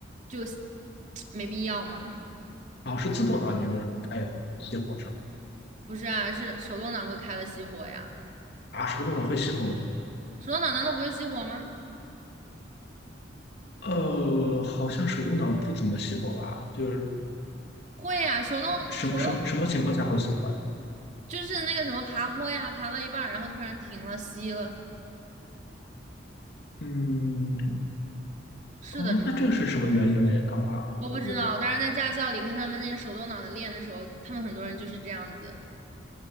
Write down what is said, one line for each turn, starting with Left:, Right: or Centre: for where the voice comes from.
Right: 就 <tsk> 没必要吗？
Left: 哦，是自动挡，你就是开一会就熄火上
Right: 不是啊，是手动挡会开了熄火呀，
Left: 啊，手动挡会熄火，吗？
Right: 手动挡难道不会熄火吗？
Left: 呃，好像手动挡不怎么熄火吧？就是
Right: 会呀，手动手动
Left: 什么什么什么情况下会熄火嘞？
Right: 就是那个什么爬坡呀，爬到一半儿然后突然停了，熄了，
Left: 嗯，
Right: 是的。
Left: 哦，那这个是什么原因嘞？那我还我还不知道，
Right: 我不知道，但是在驾校里看他们那个手动挡的练的时候，他们很多人就是这样子，